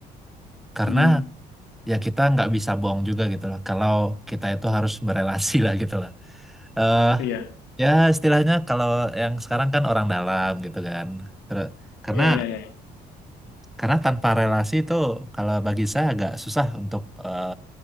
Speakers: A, in the centre; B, on the left.
A: Karena
B: Mm,
A: ya kita nggak bisa bohong juga gitu loh. Kalau kita itu harus berelasi lah gitu loh. eh
B: iya,
A: ya istilahnya kalau yang sekarang kan orang dalam gitu kan. Terus, karena
B: iya, iya, iya,
A: Karena tanpa relasi itu kalau bagi saya agak susah untuk eh,